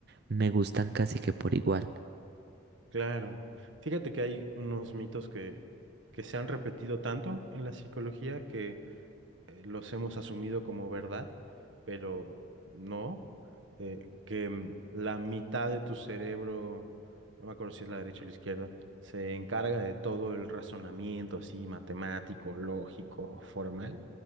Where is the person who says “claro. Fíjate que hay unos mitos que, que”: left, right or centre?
Right